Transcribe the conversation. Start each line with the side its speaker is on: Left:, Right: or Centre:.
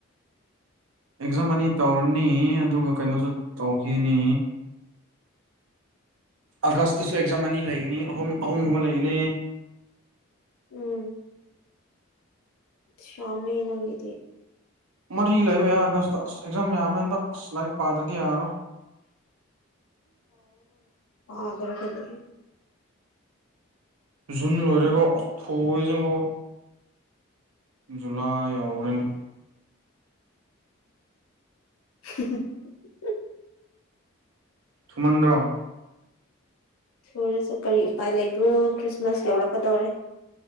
Right: ꯑꯦꯛꯖꯥꯝ ꯑꯅꯤ ꯇꯧꯔꯅꯤ ꯑꯗꯨꯒ ꯀꯩꯅꯣꯁꯨ ꯇꯧꯈꯤꯅꯤ ꯑꯥꯒꯁꯇꯁꯨ ꯑꯦꯛꯖꯥꯝ ꯑꯅꯤ ꯂꯩꯒꯅꯤ ꯑꯍꯨꯝ ꯑꯍꯨꯝ ꯑꯃ ꯂꯩꯒꯅꯤ
Left: ꯎꯝ <inaudible> ꯁꯝ ꯌꯦꯅꯗꯤ
Right: ꯃꯔꯤ ꯂꯩꯕ ꯌꯥ ꯑꯥꯒꯁꯇ ꯑꯁ ꯑꯦꯛꯖꯥꯝ ꯌꯥꯝꯃꯦ ꯍꯟꯗꯛ ꯑꯁ ꯂꯔ ꯄꯥꯗ꯭ꯔꯗꯤ ꯌꯥꯔ
Left: ꯑꯗ꯭ꯔ ꯈ ꯂꯩ <inaudible>
Right: ꯖꯟ ꯂꯣꯏꯔꯦꯒꯣ ꯊꯨꯋꯦꯖꯉꯣ ꯖꯨꯂꯥ ꯌꯎꯈ꯭ꯔꯦꯅꯦ
Left: ꯎ <unintelligible> <inaudible>
Right: ꯁꯨꯃꯟꯗ꯭ꯔ
Left: ꯊꯨꯔꯁꯨ ꯀꯔꯤ ꯎꯄꯥꯏ ꯂꯩꯕ꯭ꯔꯣ ꯈ꯭ꯔꯤꯁꯃꯥꯁ ꯌꯧꯔꯛꯀꯗꯧꯔꯦ